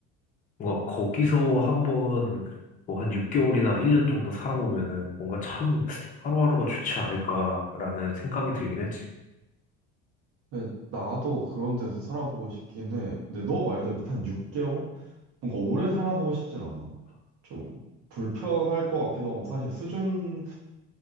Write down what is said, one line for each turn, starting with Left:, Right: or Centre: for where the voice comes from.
Left: 뭔가 거기서 한번 뭐 한 6개월이나 1년 정도 살아보면은 뭔가 참 하루하루가 좋지 않을까라는 생각이 들긴 했지.
Right: 근데 나도 그런 데서 살아보고 싶긴 해. 근데 너 말대로 한 6개월? 뭔가 오래 살아보고 싶진 않아. 좀 불편할 것 같기도 하고, 사실 수중,